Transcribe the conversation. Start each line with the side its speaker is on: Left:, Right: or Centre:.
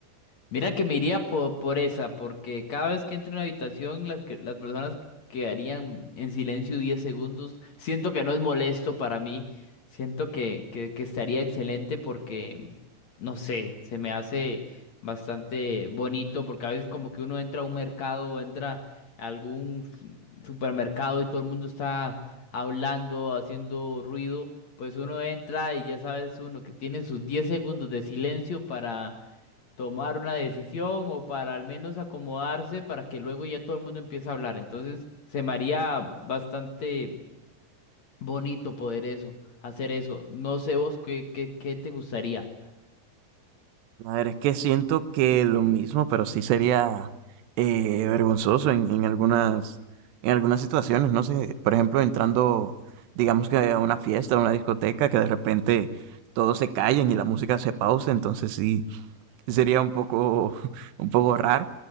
Left: mira que me iría po- por, esa, porque cada vez que entro en una habitación, las, que- las personas quedarían en silencio 10 segundos. Siento que no es molesto para mí, siento que, que, que estaría excelente porque, no sé, se me hace bastante bonito, porque a veces como que uno entra a un mercado o entra a algún f- supermercado y todo el mundo está hablando, haciendo ruido. Pues uno entra y ya sabes uno que tiene sus 10 segundos de silencio para tomar una decisión o para al menos acomodarse para que luego ya todo el mundo empiece a hablar. Entonces se me haría bastante bonito poder eso, hacer eso. No sé vos qué, qué, qué te gustaría.
Right: A ver, es que siento que lo mismo, pero sí sería eh, vergonzoso en, en algunas, en algunas situaciones, no sé, por ejemplo, entrando, digamos que a una fiesta, a una discoteca, que de repente todos se callen y la música se pausa, entonces sí, sería un poco, <laughs> un poco raro,